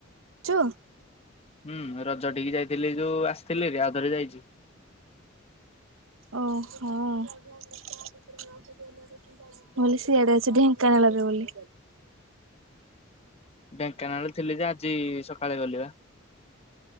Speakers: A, on the right; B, on the left.
A: ଚୁ
B: ହୁଁ, ରଜ ଟିକି ଯାଇଥିଲି ଯୋଉ ଆସିଥିଲିରି, ଆଉଥରେ ଯାଇଚି।
A: ଓ ହୋ ମୁଁ ଭାବିଲି ସିଆଡେ ଅଛୁ, ଢେଙ୍କାନାଳ ରେ ବୋଲି।
B: ଢେଙ୍କାନାଳରେ ଥିଲି ଯେ, ଆଜି ସକାଳେ ଗଲିବା।